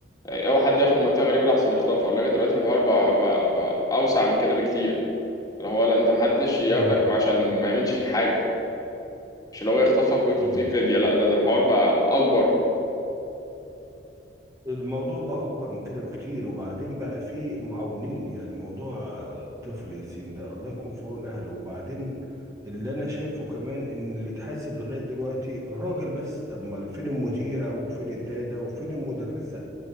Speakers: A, on the left; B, on the right.
A: اوعى حد ياخد منطقه غريبه لحسن يخطفها الثلاجه دلوقتي الحوار بقى, بقى, بقى اوسع من كده بكتير اللي هو لا انت محدش ياخدك
B: امم
A: عشان ما يعملش فيك حاجه مش اللي هو يخطفك ويطلب
B: امم
A: فيك فديه لا ده, ده الحوار بقى اكبر
B: الموضوع بقى اكبر من كده بكتير وبعدين بقى فيه معاونين يعني موضوع طفل ياسين ده الله يكون في عون اهله وبعدين اللي انا شايفه كمان ان اللي اتحاسب لغاية دلوقتي الراجل بس طب ما فين المديرة وفين الدادة وفين المدرسة